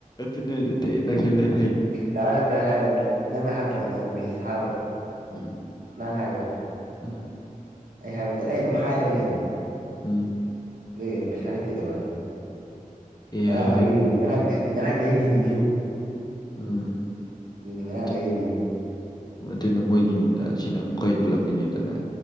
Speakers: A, on the left; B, on the right.
A: ꯑꯗꯨꯠꯇ ꯅꯂꯦ
B: ꯗꯥꯔ ꯅꯠꯇ ꯍꯥꯏꯔꯣ ꯅꯪꯅ ꯍꯥꯏ ꯐꯣꯟ ꯃꯤꯁꯤ ꯊꯥꯔꯣꯑꯣ
A: ꯎꯝ
B: ꯅꯪ ꯍꯥꯏꯔꯣ
A: ꯎꯝ
B: ꯑꯩ ꯍꯥꯏꯕꯗ ꯂꯩ ꯑꯩ ꯑꯗꯨꯝ ꯍꯥꯏꯔ ꯂꯩꯕꯅꯤ
A: ꯎꯝ
B: ꯂꯩꯗ ꯄꯩꯁꯥ ꯂꯩꯇꯦ ꯇꯧꯔꯛꯑꯅꯤ
A: ꯀꯩ
B: ꯉꯔꯥꯡ
A: ꯍꯥꯏꯌꯣ
B: ꯂꯩꯈꯤꯗꯤꯦ
A: ꯍꯥꯏꯅꯣ
B: ꯉꯔꯥꯡ ꯉꯔꯥꯡ ꯂꯩꯈꯤꯗꯨꯗꯤꯨ
A: ꯎꯝ
B: ꯑꯗꯨꯗꯤ ꯉꯔꯥꯡ
A: ꯑꯗꯨ
B: ꯂꯩꯔꯤꯗꯨ
A: ꯑꯗꯨꯅ ꯃꯣꯏꯒꯤꯅꯤꯅ ꯁꯤꯅ ꯀꯣꯏ ꯄꯨꯜꯂꯛꯄꯅꯤꯗꯅ